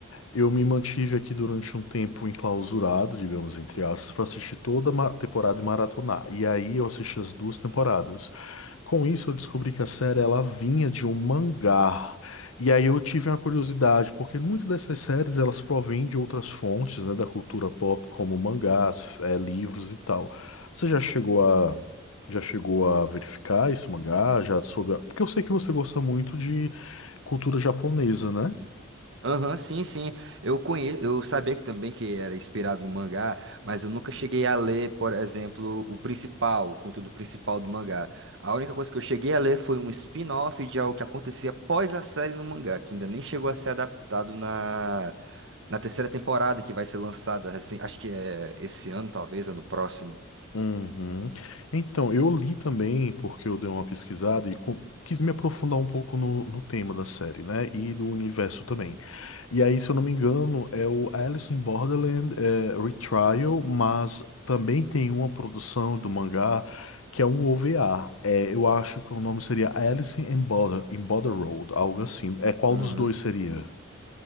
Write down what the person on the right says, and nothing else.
Aham, sim, sim. Eu conheço, eu sabia que também que era inspirado no mangá, mas eu nunca cheguei a ler, por exemplo, o principal, o conteúdo principal do mangá. A única coisa que eu cheguei a ler foi um spin-off de algo que acontecia após a série no mangá, que ainda nem chegou a ser adaptado na, na terceira temporada, que vai ser lançada, assim, acho que é esse ano, talvez, ou no próximo.
Uhum.